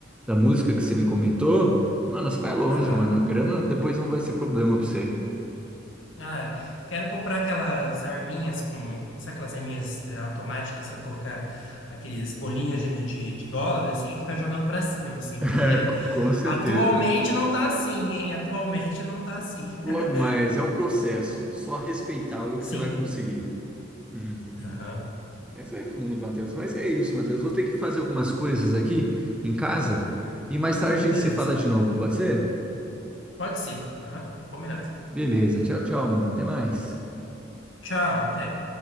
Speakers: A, in the centre; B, on the left.
A: da música que você me comentou, mano, você vai longe,
B: Aham.
A: mano. Grana depois não vai ser problema pra você. <laughs>
B: Ah, quero comprar aquelas arminhas com. Sabe aquelas arminhas eh, automáticas para colocar aqueles bolinhos de, de, de dólar, assim, e ficar jogando para cima, assim,
A: É,
B: porque <laughs>
A: com certeza.
B: atualmente não tá assim, hein? Atualmente não tá assim.
A: Logo
B: <laughs>
A: mais, é um processo. Só respeitá-lo
B: Sim.
A: que você vai conseguir. Uhum.
B: Aham.
A: Mas vai fundo, Matheus. Mas é isso, Matheus. Vou ter que fazer algumas coisas aqui em casa e mais tarde
B: Beleza.
A: a gente se fala de novo, pode ser?
B: Pode ser. Aham. Combinado.
A: Beleza. Tchau, tchau, mano. Até mais.
B: Tchau, até.